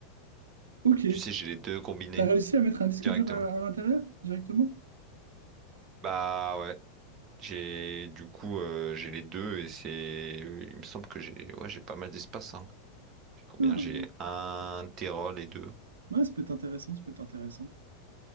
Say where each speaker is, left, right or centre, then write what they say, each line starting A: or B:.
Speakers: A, on the right (about 70°); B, on the right (about 30°).
A: Ok.
B: Tu sais, j'ai les deux combinés
A: T'as réussi à mettre un disque
B: directement.
A: dur à, à l'intérieur directement?
B: Bah ouais, j'ai du coup, euh, j'ai les deux et c'est, il me semble que j'ai, ouais, j'ai pas mal d'espace, hein. J'ai combien?
A: Ah,
B: J'ai un téra les deux.
A: ouais, ça peut être intéressant. Ça peut être intéressant.